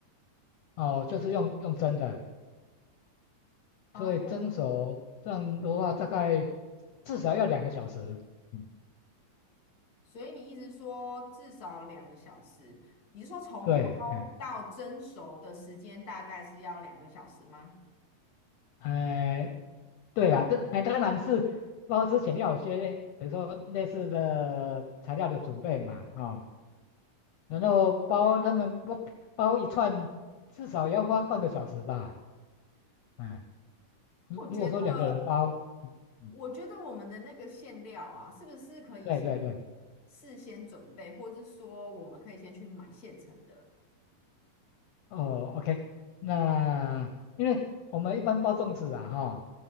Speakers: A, on the left; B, on the left.
A: 哦，就是用用蒸的，
B: 哦，
A: 所以蒸熟这样的话，大概至少要两个小时。嗯，
B: 所以你意思说至少两个小时？你是说从包到蒸熟的时间大概是要两个小时吗？
A: 对，哎，哎，对啦，这哎当然是包之前要有些等于说类似的材料的准备嘛，啊、然后包他们包包一串，至少也要花半个小时吧。哎，如如果说两个人包，
B: 我觉得，
A: 嗯嗯，
B: 我觉得我们的那个馅料啊，是不是可以先
A: 对对对，
B: 事先准备，或是说我们可以先去买现成的？
A: 哦，OK，那因为我们一般包粽子啊，哈，